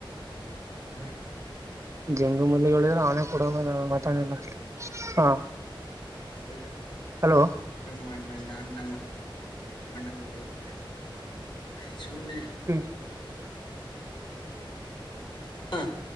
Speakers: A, on the left (about 60°); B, on the right (about 35°).
A: ಹಾ
B: ಜಂಗ ಮು ಅವನೇ ಹೇಳಿದ್ರೆ ನೇಡ ತಷ್ಟ ಹಾ
A: ಮಾಡಬೇಕ್
B: ಹಲೋ
A: ಮಾಡ ನ ಮಾಡ ಅದು ಹೇ ಸುಮ್ಮನೆ
B: ಹ್ಮ್
A: ಹ